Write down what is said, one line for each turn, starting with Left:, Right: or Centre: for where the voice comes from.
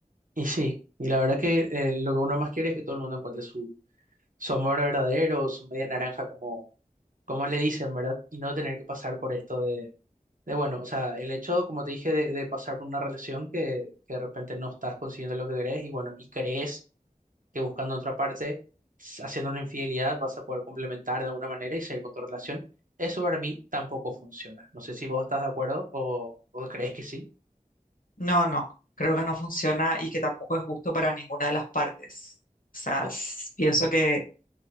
Right: Y sí, y la verdad que eh, lo que uno más quiere es que todo el mundo encuentre su, su amor verdadero, su media naranja, como le dicen, ¿verdad? Y no tener que pasar por esto de, de bueno, o sea, el hecho, como te dije, de, de pasar por una relación que, que de repente no estás consiguiendo lo que querés y bueno, y crees que buscando en otra parte, s- haciendo una infidelidad, vas a poder complementar de alguna manera y seguir con tu relación. Eso para mí tampoco funciona. No sé si vos estás de acuerdo o, o crees que sí.
Left: No, no, creo que no funciona y que tampoco es justo para ninguna de las partes. O sea,
Right: To-
Left: s- pienso que